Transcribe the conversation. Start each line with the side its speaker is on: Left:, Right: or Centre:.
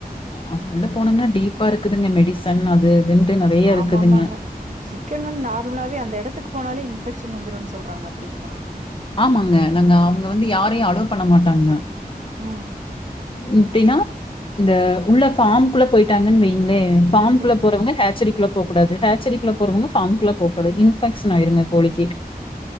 Left: அது உள்ள போனம்னா டீப்பா இருக்குதுங்க மெடிசன் அது இதுன்டுட்டு நெறைய இருக்குதுங்க.
Right: ஆமாமாங்க சிக்கன் வந்து நார்மலாவே அந்த எடத்துக்கு போனாலே இன்ஃபெக்ஷன் வந்துருன்னு சொல்றாங்க அப்பிடிங்களா
Left: ஆமாங்க நாங்க அவ்ங்க வந்து யாரையு அலே வ் பண்ண மாட்டங்க
Right: ம்
Left: இப்டின்னா இந்த உள்ள ஃபார்ம்க்குள்ள போயிட்டாங்கன்னு வய்ங்களே பாஃம்குள்ள
Right: சரிங்க.
Left: போறவங்க ஹச்சரி குள்ள போகூடாது ஹேச்சரிகுள்ள போறவங்க ஃபாம் குள்ள போ கூடாது இன்ஃபெக்ஷன் ஆயிருங்க கோழிக்கி